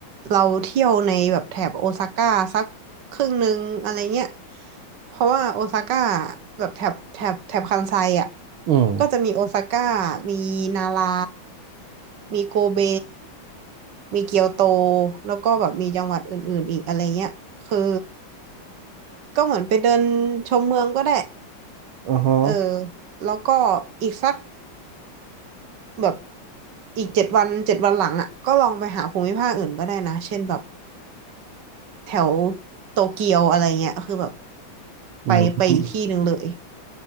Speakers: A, on the right; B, on the right.
A: เราเที่ยวในแบบแถบโอซาก้าสักครึ่งหนึ่งอะไรเงี้ยเพราะว่าโอซาก้าแบบแถบแถบแถบคันไซอ่ะ
B: อืม
A: ก็จะมีโอซาก้ามีนารามีโกเบมีเกียวโตแล้วก็แบบมีจังหวัดอื่นๆอีกอะไรเงี้ยคือ ก็เหมือนไปเดินชมเมืองก็ได้
B: อือฮะ
A: เออแล้วก็อีกสักแบบอีกเจ็ดวันเจ็ดวันหลังอ่ะก็ลองไปหาภูมิภาคอื่นก็ได้นะ เช่นแบบแถวโตเกียวอะไรเงี้ยคือแบบ
B: อืม
A: ไปไปอีกที่หนึ่งเลย